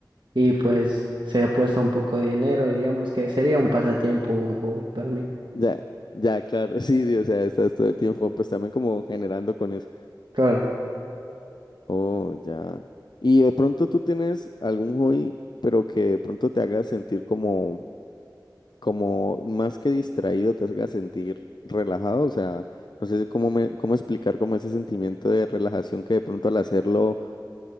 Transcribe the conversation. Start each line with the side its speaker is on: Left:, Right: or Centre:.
Right: y pues se apuesta un poco de dinero y digamos que sería un pasatiempo, un hobby para mí.
Left: ya, ya, claro, <laughs> sí, sí, o sea, estás todo el tiempo pues también como generando con eso.
Right: Claro,
Left: Oh, ya. Y de pronto tú tienes algún hobby, pero que de pronto te haga sentir como, como más que distraído, te haga sentir relajado. O sea, no sé cómo me, cómo explicar como ese sentimiento de relajación que de pronto al hacerlo